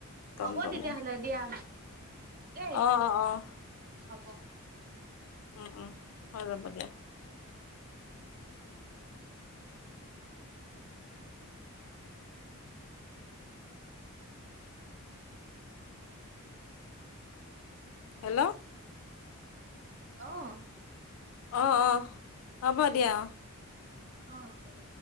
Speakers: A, on the left; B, on the right.
A: টমটমত
B: হ'ব তেতিয়াহ'লে দিয়া। দেই
A: অ', অ', অ'।
B: হ'ব।
A: উম উম, হৈ যাব দিয়া। হেল্ল'।
B: অহ।
A: অ', অ', হ'ব দিয়া অহ।
B: অ', হ'ব।